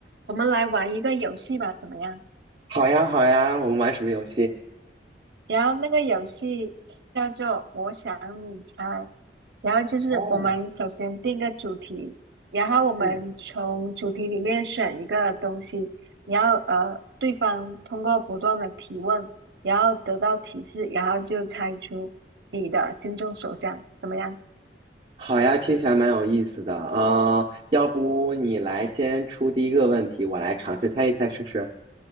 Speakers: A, on the right (about 70°); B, on the right (about 30°).
A: 我们来玩一个游戏吧，怎么样？
B: 好呀，好呀，我们玩什么游戏？
A: 然后那个游戏叫做“我想你猜”，然后就是我们首先定个主题，
B: 哦，
A: 然后我们从主题里面选一个东西，
B: 嗯，
A: 然后呃，对方通过不断的提问，然后得到提示，然后就猜出你的心中所想，怎么样？
B: 好呀，听起来蛮有意思的啊，呃要不你来先出第一个问题，我来尝试猜一猜试试。